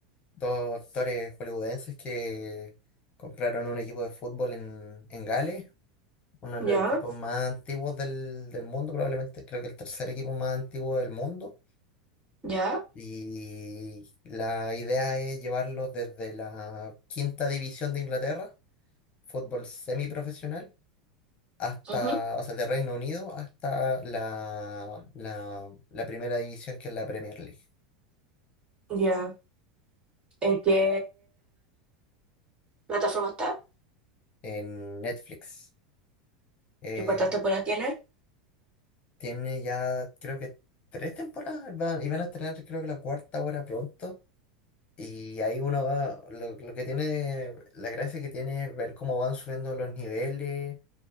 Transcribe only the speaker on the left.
dos actores hollywoodenses que compraron un equipo de fútbol en, en Gales, uno de los
equipos más antiguos del, del mundo, probablemente creo que el tercer equipo más antiguo del mundo.
Y la idea es llevarlos desde la quinta división de Inglaterra, fútbol semiprofesional, hasta,
o sea, de Reino Unido hasta la, la, la primera división que es la Premier League
en Netflix. Eh,
Tiene ya, creo que tres temporadas va- y van a estrenar, creo que la cuarta ahora pronto. Y ahí uno va, lo, lo que tiene, la gracia que tiene es ver cómo van subiendo los niveles